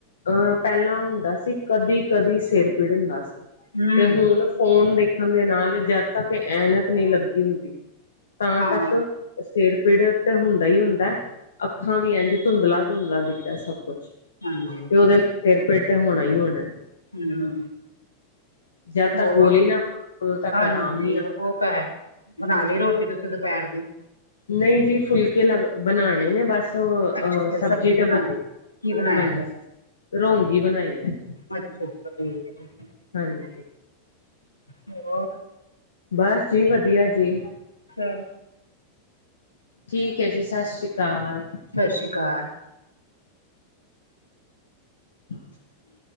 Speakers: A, on the left; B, on the left.
A: ਅਹ ਪਹਿਲਾਂ ਹੁੰਦਾ ਸੀ ਕਦੀ ਕਦੀ ਸਿਰ ਪੀੜ ਹੁੰਦਾ ਸੀ
B: ਹੂੰ
A: ਤੇ ਹੁਣ ਫੋਨ ਦੇਖਣ ਦੇ ਨਾਲ ਜਦ ਤੱਕ ਐਨਕ ਨਹੀਂ ਲੱਗੀ ਹੁੰਦੀ ਤਾਂ
B: ਹਾਂ
A: ਤੱਕ ਸਿਰ ਪੀੜ ਤੇ ਹੁੰਦਾ ਹੀ ਹੁੰਦਾ ਅੱਖਾਂ ਵੀ ਇਝ ਧੁੰਦਲਾ ਧੁੰਦਲਾ ਦਿਖਦਾ ਸਭ ਕੁੱਛ
B: ਹਾਂਜੀ
A: ਉਹ ਦਿਨ ਸਿਰ ਪੇਟ ਤੇ ਹੋਣਾ ਹੀ ਹੋਣਾ
B: ਹੂ ਹੂ,,,
A: ਜਦ ਤੱਕ
B: ਹੋਰ
A: ਗੋਲੀ ਨਾ ਖਾਓ ਉਦੋਂ ਤੱਕ
B: ਹਾਂਜੀ
A: ਆਰਾਮ ਨੀ ਆਣਾ।
B: ਉਹ ਤਾਂ ਹੈ ਬਣਾ ਲਈ ਰੋਟੀ ਤੁਸੀਂ ਦੁਪਹਿਰ ਦੀ
A: ਨਹੀਂ ਜੀ ਫੁਲਕੇ ਲ ਬਣਾਉਣੇ ਨੇ ਬਸ
B: ਅੱਛਾ ਅੱਛਾ
A: ਸਬਜ਼ੀ ਤੇ
B: ਬਣਾ
A: ਬਣੀ
B: ਲਈ ਕੀ ਬਣਾਇਆ
A: ਹਾਂਜੀ
B: ਗਿਆ
A: ਰੋਂਗੀ ਬਣਾਈ ਆ ਅੱਜ
B: ਅੱਛਾ ਅੱਛਾ ਠੀਕ ਹੈ ਠੀਕ ਹੈ
A: ਹਾਂਜੀ
B: ਹੋਰ
A: ਬਸ ਜੀ ਵਧੀਆ ਜੀ
B: <unintelligible>
A: ਠੀਕ ਹੈ ਜੀ ਸਤਿ ਸ਼੍ਰੀ ਅਕਾਲ
B: ਸਤਿ ਸ਼੍ਰੀ ਅਕਾਲ
A: <inaudible>